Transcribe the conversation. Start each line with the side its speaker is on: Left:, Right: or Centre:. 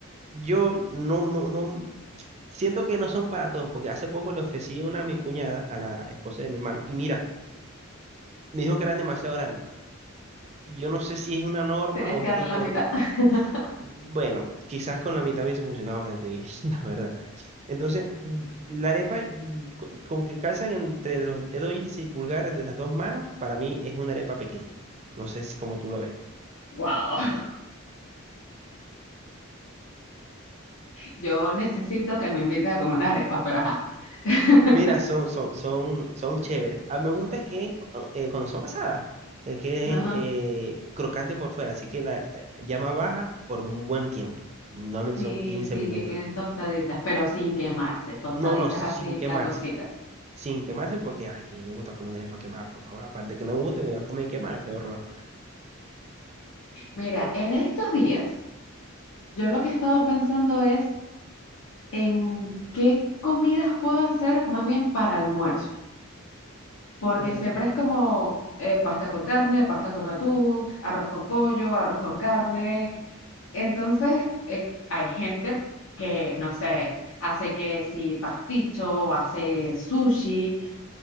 Right: Yo no, no, no, siento que no son para todos, porque hace poco le ofrecí una a mi cuñada, a la esposa de mi hermano, y mira, me dijo que eran demasiado grandes. Y yo no sé si es una norma
Left: Tenías
Right: o
Left: que
Right: es
Left: darle
Right: que
Left: la
Right: yo,
Left: mitad. <laughs>
Right: bueno, quizás con la mitad hubiese funcionado bastante bien, <laughs> la verdad. Entonces, mm, la arepa mm, co- con que calzan entre los dedos índice y pulgar de las dos manos, para mí es una arepa pequeña. No sé si como tú lo ves.
Left: Wow. Yo necesito que me invites a comer unas arepas, pero ajá. <laughs>
Right: Mira, son, son, son, son chéveres. A mí me gusta que eh, cuando son asadas, que queden
Left: Ajá.
Right: eh, crocantes por fuera, así que la ca- llama baja por un buen tiempo. Normalmente
Left: Sí,
Right: son 15
Left: sí,
Right: minutos.
Left: que queden tostaditas, pero sin quemarse, tostaditas
Right: No, no, sin
Left: así,
Right: quemarse.
Left: la concita.
Right: Sin quemarse porque ay, que no me gusta comer una arepa quemada, por favor. Aparte que no me gusta, me voy a comer quemada, qué horror.
Left: Mira, en estos días, yo lo que he estado pensando es en qué comidas puedo hacer más bien para almuerzo, porque
Right: Mm,
Left: siempre es como eh, pasta con carne, pasta con atún, arroz con pollo, arroz con carne, Entonces, eh, hay gente que, no sé, hace que si pasticho, hace sushi,